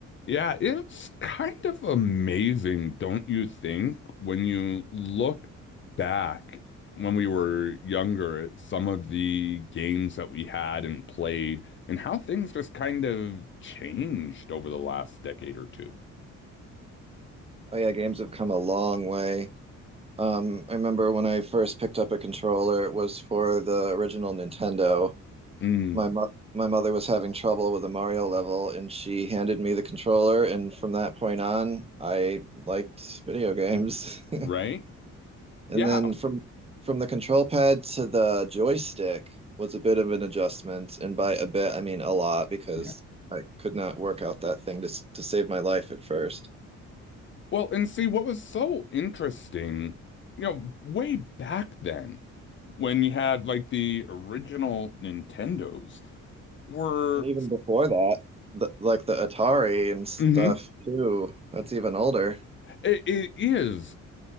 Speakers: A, on the left; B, on the right.
A: Yeah, it's kind of amazing, don't you think, when you look back when we were younger at some of the games that we had and played and how things just kind of changed over the last decade or two.
B: Oh yeah, games have come a long way. Um, I remember when I first picked up a controller, it was for the original Nintendo.
A: Mm,
B: My mo my mother was having trouble with a Mario level, and she handed me the controller, and from that point on, I liked video games. <laughs>
A: right? Yeah.
B: And then from from the control pad to the joystick was a bit of an adjustment, and by a bit, I mean a lot because
A: Yeah.
B: I could not work out that thing to s- to save my life at first.
A: Well, and see, what was so interesting, you know, way back then when you had like the original Nintendos were.
B: And even before that, the, like the Atari and stuff
A: Mhm.
B: too. That's even older.
A: It, it is.